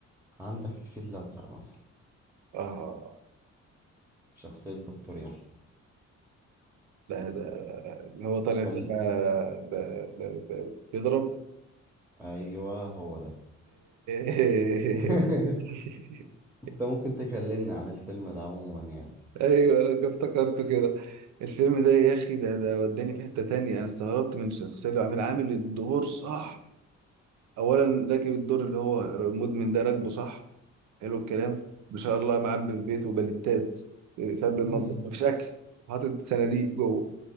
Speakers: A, in the centre; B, on the right.
A: عندك الفيل الازرق مثلا
B: آه
A: شخصية دكتور يحيى
B: لا ده اللي هو طالع
A: كل
B: فيها ب- ب- ب- بيضرب
A: ايوه هو ده
B: <laughs>
A: <laughs>
B: <laughs>
A: انت ممكن تكلمني عن الفيلم ده عموما يعني
B: ايوه انا افتكرته كده الفيلم ده يا اخي ده ده وداني في حته تانية انا استغربت من الشخصيه اللي عامل عامل الدور صح اولا راكب الدور اللي هو المدمن ده راكبه صح حلو الكلام ما شاء الله معبي في بيته بلتات في قلب
A: <laughs>
B: المطبخ مفيش اكل وحاطط صناديق جوه